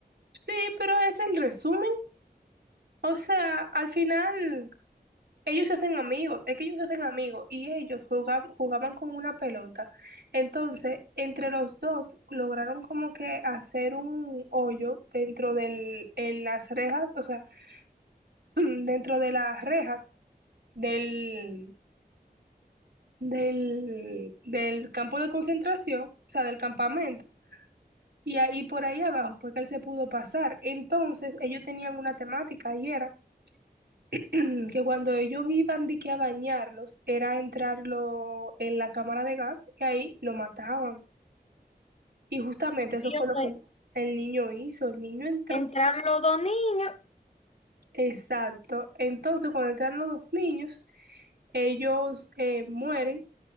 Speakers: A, on the right; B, on the left.
A: Sí, pero es el resumen. O sea, al final ellos se hacen amigos, es que ellos se hacen amigos y ellos jugaban, jugaban con una pelota. Entonces, entre los dos lograron como que hacer un hoyo dentro del, en las rejas, o sea, <clears throat> dentro de las rejas del, del, del campo de concentración, o sea, del campamento. Y ahí por ahí abajo fue que él se pudo pasar. Entonces, ellos tenían una temática y era <clears throat> que cuando ellos iban de que a bañarlos, era entrarlo en la cámara de gas y ahí lo mataban. Y justamente eso
B: Y
A: fue
B: yo
A: lo
B: sé,
A: que el niño hizo. El niño entró.
B: entraron los dos niños.
A: Exacto. Entonces, cuando entraron los dos niños, ellos eh, mueren